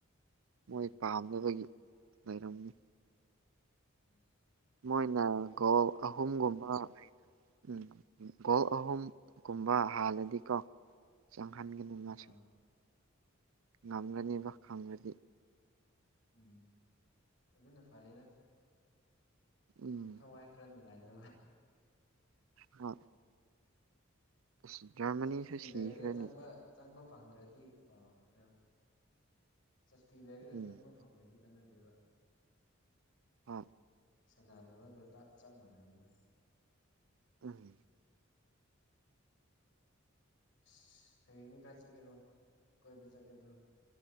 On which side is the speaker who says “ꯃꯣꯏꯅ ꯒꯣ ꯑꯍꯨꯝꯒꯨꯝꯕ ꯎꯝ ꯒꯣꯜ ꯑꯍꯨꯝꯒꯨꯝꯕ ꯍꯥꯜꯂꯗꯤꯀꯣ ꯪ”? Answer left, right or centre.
Right